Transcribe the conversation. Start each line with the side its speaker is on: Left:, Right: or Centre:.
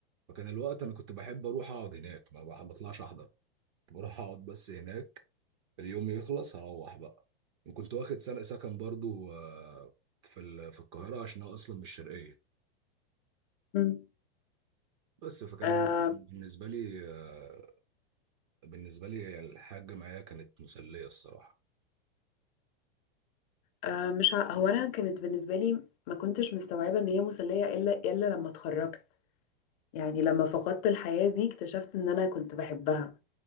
Right: فكان الوقت انا كنت بحب اروح اقعد هناك ما بح- بطلعش احضر بروح اقعد بس هناك اليوم يخلص هروح بقى وكنت واخد سنة سكن برضو آه، في ال- في القاهرة عشان أنا أصلا من الشرقية
Left: مم.
Right: بس فكان
Left: آه،
Right: كان بالنسبة لي آه، بالنسبة لي الحاجة معايا كانت مسلية الصراحة
Left: آه، مش ع... هو أنا كانت بالنسبة لي ما كنتش مستوعبة إن هي مسلية إلا إلا لما اتخرجت يعني لما فقدت الحياة دي اكتشفت إن أنا كنت بحبها